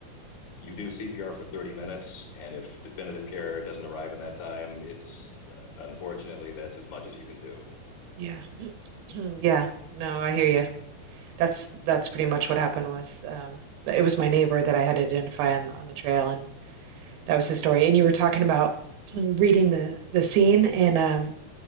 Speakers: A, on the left; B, on the right.
A: you do CPR for 30 minutes, and if definitive care doesn't arrive in that time, it's uh, unfortunately that's as much as you can do.
B: Yeah, <clears throat> yeah. No, I hear you. That's that's pretty much what happened with. Um, it was my neighbor that I had to identify on on the trail, and that was his story. And you were talking about <clears throat> reading the the scene, and um,